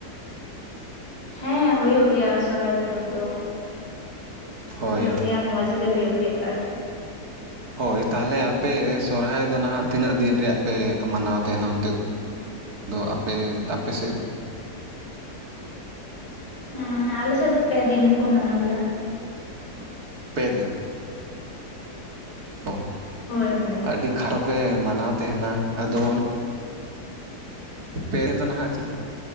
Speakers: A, on the left; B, on the right.
A: ᱦᱮᱸ ᱦᱳᱭᱳᱜ ᱜᱮᱭᱟ᱾ ᱥᱚᱨᱦᱟᱭ ᱯᱚᱨᱚᱵᱽ ᱫᱚ
B: ᱦᱳᱭ
A: ᱦᱳᱭᱳᱜ ᱜᱮᱭᱟ᱾ ᱢᱚᱡᱽ ᱛᱮ ᱦᱩᱭᱩᱜ ᱜᱮᱭᱟ ᱟᱨ
B: ᱦᱳᱭ ᱛᱟᱦᱞᱮ ᱟᱯᱮ ᱥᱚᱨᱦᱟᱭ ᱫᱚ ᱱᱟᱸᱜ ᱛᱤᱱᱟᱹᱜ ᱫᱤᱱ ᱨᱮᱭᱟᱜ ᱯᱮ ᱢᱟᱱᱟᱣ ᱛᱟᱦᱮᱱᱟ ᱚᱱᱛᱮ ᱫᱚ ᱫᱚ ᱟᱯᱮ ᱟᱯᱮ ᱥᱮᱫ ᱫᱚ
A: ᱦᱮᱸ ᱟᱞᱮ ᱥᱮᱫ ᱫᱚ ᱯᱮ ᱫᱤᱱ ᱠᱚ ᱢᱟᱱᱟᱣ ᱜᱮᱭᱟ᱾
B: ᱯᱮ ᱫᱤᱱ ᱚ
A: ᱦᱳᱭ ᱦᱳᱭ
B: ᱟᱹᱰᱤ ᱠᱷᱟᱨᱟᱯ ᱮ ᱢᱟᱱᱟᱣ ᱛᱟᱦᱮ ᱱᱟ ᱟᱫᱚ ᱯᱮ ᱫᱤᱱ ᱫᱚ ᱱᱟᱦᱟᱜ